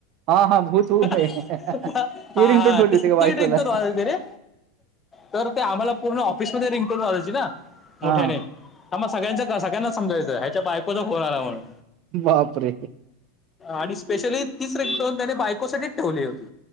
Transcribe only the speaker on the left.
हा
हा
ते
ती रिंगटोन वाजायची रे तर ते आम्हाला पूर्ण ऑफिसमध्ये रिंगटोन वाजायची ना मोठ्याने
ह मग सगळ्यांच सगळ्यांनाच समजायचं ह्याच्या बायकोचा फोन आला म्हणून
आणि स्पेशली तीच रिंगटोन त्याने बायकोसाठीच ठेवली होती.